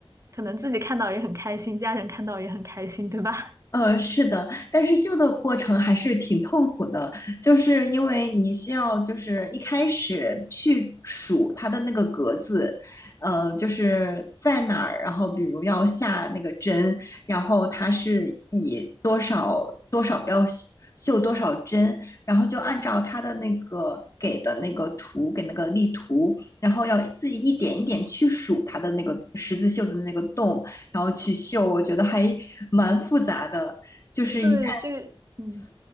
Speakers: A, on the right; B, on the left.
A: 可能自己看到也很开心，家人看到也很开心，对吧？
B: 呃，是的，但是绣的过程还是挺痛苦的，就是因为你需要就是一开始去数它的那个格子，呃，就是在哪儿，然后比如要下那个针，然后它是以多少多少要绣绣多少针，然后就按照它的那个给的那个图，给那个例图，然后要自己一点一点去数它的那个十字绣的那个洞，然后去绣，我觉得还蛮复杂的。就是一旦
A: 对，这个嗯。